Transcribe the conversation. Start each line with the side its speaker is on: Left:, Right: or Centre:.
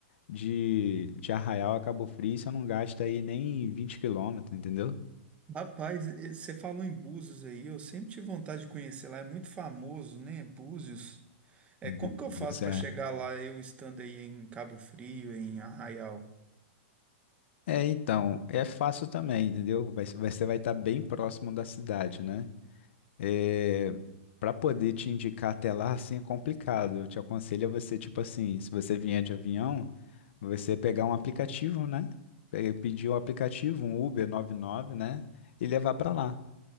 Left: de, de Arraial a Cabo Frio, você não gasta aí nem 20 quilômetros, entendeu?
Right: Rapaz, eh, você falou em Búzios aí, eu sempre tive vontade de conhecer lá, é muito famoso, né? Búzios. É,
Left: Bu-
Right: como que eu
Left: Bus
Right: faço para
Left: é.
Right: chegar lá eu estando aí em Cabo Frio, em Arraial?
Left: É, então, é fácil também, entendeu? Vai- Você vai estar bem próximo da cidade, né? É, para poder te indicar até lá, assim, é complicado. Eu te aconselho a você, tipo assim, se você vier de avião, você pegar um aplicativo, né? Pe- Pedir um aplicativo, um Uber 99, né? E levar para lá.